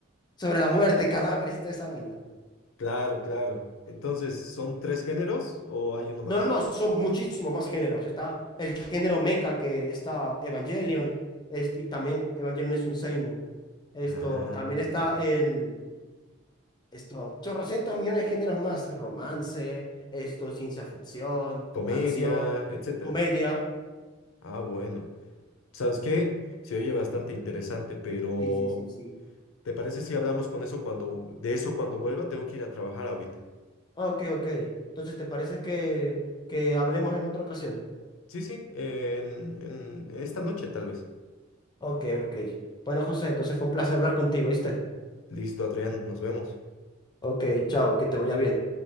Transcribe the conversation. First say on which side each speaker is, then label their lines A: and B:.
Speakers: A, on the left; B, on the left.
A: sobre la muerte, cadáveres y toda esa vaina.
B: Claro, claro. Entonces, ¿son tres géneros o hay uno más?
A: No, no, no, son muchísimos más géneros. Está el género mecha que está Evangelion, este, y también Evangelion es un seinen. Esto,
B: Ah,
A: también está
B: ya.
A: el, esto, chorrocientos millones de géneros más, romance, esto, ciencia ficción,
B: Comedia,
A: acción,
B: etcétera.
A: comedia.
B: Ah, bueno. ¿Sabes qué? Se oye bastante interesante, pero
A: Sí, sí, sí, sí.
B: ¿te parece si hablamos con eso cuando, de eso cuando vuelva? Tengo que ir a trabajar ahorita.
A: Ok, ok. Entonces, ¿te parece que, que hablemos en otra ocasión?
B: Sí, sí, en, en esta noche tal vez.
A: Ok, ok. Bueno, José, entonces fue un placer hablar contigo, ¿viste?
B: Listo, Adrián, nos vemos.
A: Ok, chao, que te vaya bien.